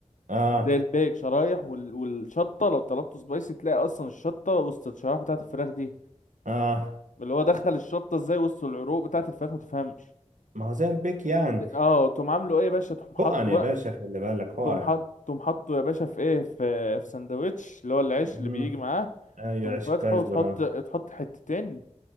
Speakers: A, on the right; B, on the left.
A: اه
B: زي الباقي شرايح وال... والشطه لو طلبته سبايسي تلاقي اصلا الشطه وسط الشرايح بتاعه الفراخ دي
A: اه
B: اللي هو دخل الشطه ازاي وسط العروق بتاعه الفراخ ما تفهمش
A: ما هو زي البيك يعني
B: اه تقوم عامله ايه يا باشا تقوم حاطه
A: حقن يا
B: بقى
A: باشا خلي بالك حقن
B: تقوم حاط تقوم حاطه يا باشا في ايه في في سندوتش اللي هو العيش
A: مم.
B: اللي بيجي معاه
A: ايوه
B: تقوم
A: عيش
B: فاتحه
A: الكايزر
B: وتحط
A: اه
B: تحط حتتين